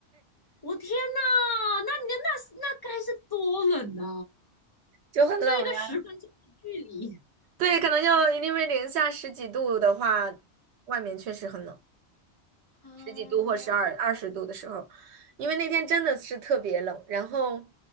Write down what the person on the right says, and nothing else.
就很冷。
呀。对，可能就因为零下十几度的话，外面确实很冷，
十几度或十二二十度的时候，因为那天真的是特别冷，然后